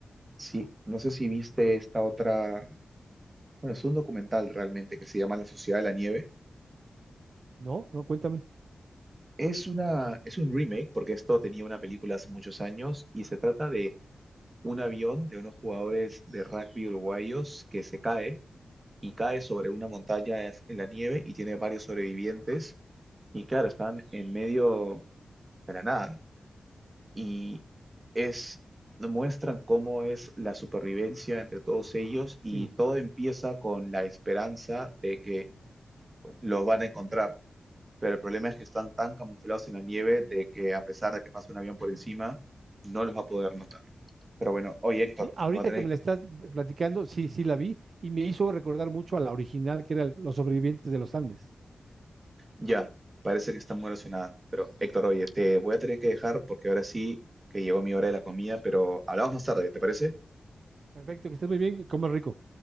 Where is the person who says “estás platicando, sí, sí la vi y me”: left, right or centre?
Right